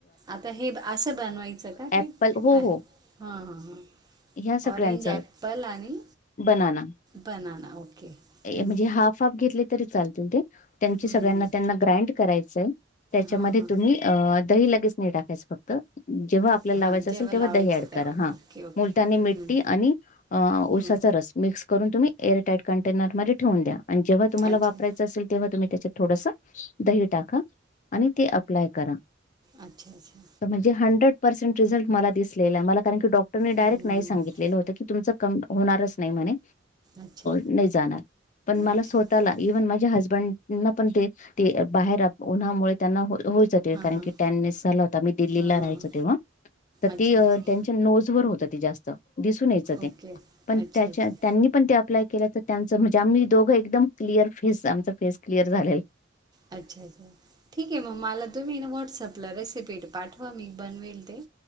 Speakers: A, on the right; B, on the left.
A: आता हे असं बनवायचं का ते
B: ऍप्पल हो
A: अ ह
B: हो
A: ह ह
B: ह्या सगळ्यांचं
A: ऑरेंज ऍप्पल आणि
B: बनाना
A: बनाना ओके हं,
B: म्हणजे हाफ हफ घेतले तरी चाल ते त्यां
A: हं,
B: सगळ्यांना
A: हं.
B: त्यांना ग्राड करायंय त्याच्यामध्ये
A: हां हां
B: तुम्ही दही लगेच नाही टाकायचं फक्त जेव्हा
A: फक्त
B: आपल्याला
A: हां
B: लावायचं
A: जेव्हा
B: असेल
A: लावायचं
B: तेव्हा दही ऍड
A: तेव्हा
B: करा हा
A: ओके ओके
B: मुलट्यानी मिट्टी
A: हं,
B: आणि
A: हं.
B: ओसाचा रस मिक्स करून तुम्हीअरटाईट कंेरध्येेवून द्या जव्हाुम्हाला
A: अच्छा
B: वापरायचंेल तेव्हा तुम्ही त्याच्या थोडं दही टाका आणि ते अप्लाय करा
A: अच्छा अच्छा
B: म्हणजे हंड्रेड पर्सेंट रिझल्ट मला दिलेला मलाण डॉटर डायरेक्ट
A: हं,
B: नाही
A: हं.
B: सांगितलेलं होत की तुमचं होणारच नाही म्हणे
A: अच्छा
B: नाही जाणार पण मला
A: अच्छा
B: स्वतःला
A: हां
B: इव्हन माझ हजबंड ना पण ते बाहेर उन्हामुळे त्यांना होयचं ते कारण
A: हां
B: की टॅननेस झाला होता मी दिल्लीला
A: हां
B: राहायचं तेव्हा तर
A: अच्छा
B: ते
A: अच्छा
B: त्यांच्या नोज वर होत जास्त दिसून यायचं ते
A: ओके
B: पण
A: अच्छा
B: त्यांनी
A: अच्छा
B: पण ते अप्लाय तर त्यांच म्हणजे आम्ही दोघं एकदम क्लिअर फेस आमचा फेस क्लिअर झालेल
A: अच्छा अच्छा ठीक आहे मग मला तुम्ही व्हॉट्सअपला रेसिपी पाठवा मी बनवेल ते